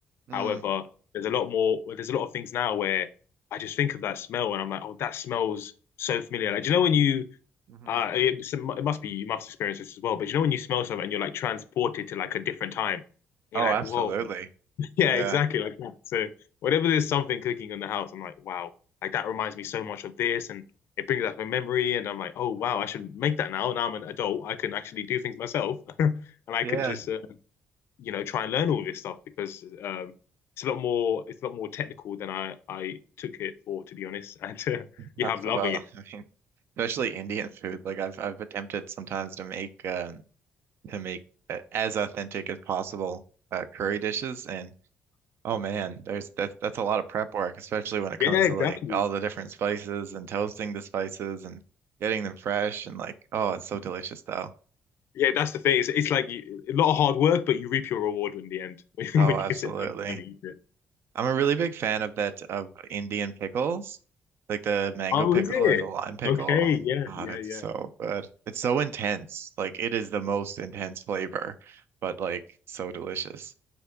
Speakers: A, on the right; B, on the left.
A: Mm.
B: However, there's a lot more. well, There's a lot of things now where I just think of that smell, and I'm like, oh, that smells so familiar. Like, do you know when you
A: hmm
B: uh, it, so it must be you must experience this as well. But you know when you smell something and you're like transported to like a different time, you're
A: Oh,
B: like,
A: absolutely.
B: whoa, <laughs> yeah,
A: Yeah.
B: exactly like that. So whenever there's something cooking in the house, I'm like, wow, like that reminds me so much of this, and it brings up a memory, and I'm like, oh wow, I should make that now. Now I'm an adult, I can actually do things myself, <laughs> and I
A: Yeah.
B: can just uh, you know try and learn all this stuff because um, it's a lot more it's a lot more technical than I I took it for, to be honest. <laughs> And uh, yeah,
A: That's
B: I'm loving
A: well,
B: it.
A: <laughs> I mean, especially Indian food. Like I've I've attempted sometimes to make uh, to make uh, as authentic as possible uh, curry dishes and Oh man, there's that's that's a lot of prep work, especially when it comes
B: Yeah, exactly.
A: to like all the different spices and toasting the spices and getting them fresh and like oh, it's so delicious though.
B: Yeah, that's the thing. It's, it's like you, a lot of hard work, but you reap your reward in the end <laughs> when,
A: Oh, absolutely.
B: you can sit down and finally eat it.
A: I'm a really big fan of that of Indian pickles, like the mango
B: Oh,
A: pickle
B: is it?
A: or the lime pickle.
B: Okay,
A: Oh
B: yeah,
A: God,
B: yeah,
A: it's
B: yeah.
A: so good. It's so intense. Like it is the most intense flavor, but like so delicious.